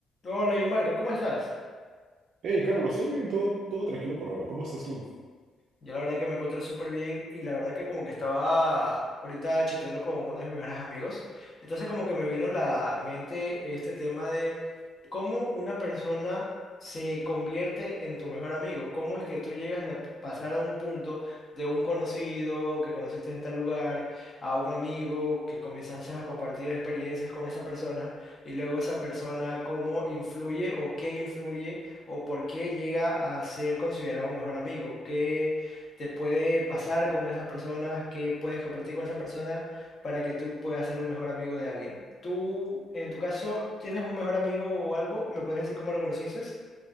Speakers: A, on the left (about 40°); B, on the right (about 65°).
A: Hola, yo Marco, ¿cómo estás?
B: Hey, Carlos, ¿todo bien? ¿Todo, todo tranquilo por ahora? ¿Cómo estás tú?
A: Yo la verdad que me encuentro súper bien y la verdad que como que estaba ahorita chateando con uno de mis mejores amigos. Entonces como que me vino a la mente este tema de cómo una persona se convierte en tu mejor amigo. Cómo es que tú llegas a pasar a un punto de un conocido que conociste en tal lugar, a un amigo que comenzaste a compartir experiencias con esa persona y luego esa persona cómo influye o qué influye o por qué llega a ser considerado un mejor amigo. ¿Qué te puede pasar con esas personas, qué puedes compartir con esa persona para que tú puedas ser un mejor amigo de alguien. Tú, en tu caso, ¿tienes un mejor amigo o algo? ¿Me podrías decir cómo lo conociste?